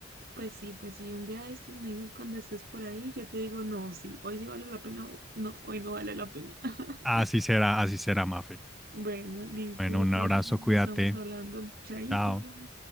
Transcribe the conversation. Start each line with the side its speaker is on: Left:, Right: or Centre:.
Right: pues sí, pues sí, un día de estos me dices cuando estés por ahí, yo te digo, no, sí, hoy sí vale la pena, o no, hoy no vale la pena. <laughs>
Centre: Así será, así será, Mafe.
Right: Bueno, listo,
Centre: Bueno,
Right: de
Centre: un
Right: todas
Centre: abrazo,
Right: maneras
Centre: cuídate.
Right: nos estamos hablando. Chaito.
Centre: Chao.